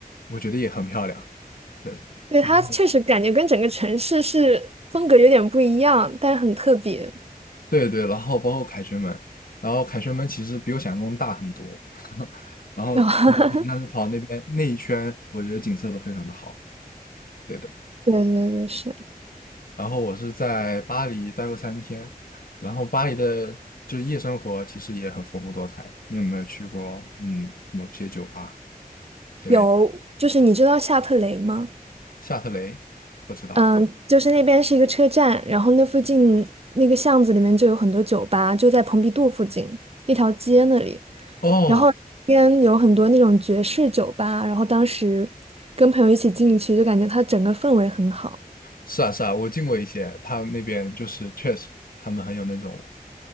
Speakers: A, on the left (about 65°); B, on the right (about 40°).
A: 我觉得也很漂亮。对，
B: 对，
A: 然后
B: 它确实感觉跟整个城市是风格有点不一样，但是很特别。
A: 对对，然后包括凯旋门，然后凯旋门其实比我想象中大很多。<laughs> 然后
B: <laughs>
A: 但是跑那边那一圈，我觉得景色都非常的好。对的。
B: 对对对，是
A: 然后我是在巴黎待过三天，然后巴黎的就是夜生活其实也很丰富多彩。你有没有去过嗯某些酒吧？对。
B: 有，就是你知道夏特雷吗？
A: 夏特雷，不知道。
B: 嗯，就是那边是一个车站，然后那附近那个巷子里面就有很多酒吧，就在蓬皮杜附近那条街那里，
A: 哦，
B: 然后那边有很多那种爵士酒吧，然后当时跟朋友一起进去，就感觉它整个氛围很好。
A: 是啊是啊，我进过一些，他们那边就是确实，他们很有那种，